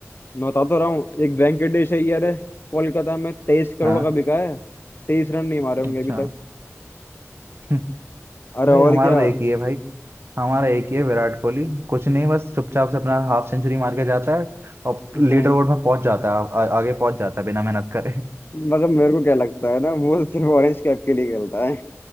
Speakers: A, on the left; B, on the right.
A: मैं बता तो रहा हूँ एक वेंकटेश अय्यर है कोलकाता में तेईस करोड़
B: हाँ
A: का बिका है तेईस रन नहीं मारे होंगे
B: अच्छा
A: अभी तक
B: हम्म,
A: अरे
B: भाई
A: और
B: हमारा
A: क्या
B: तो एक ही है भाई हमारा एक ही है विराट कोहली कुछ नहीं बस चुपचाप से अपना हाफ सेंचुरी मार के जाता है और
A: <laughs>
B: लीडर
A: हाँ
B: बोर्ड में पहुंच जाता है आ, आगे पहुंच जाता है बिना मेहनत करे
A: मतलब मेरे को क्या लगता है ना वो सिर्फ ऑरेंज कैप के लिए खेलता है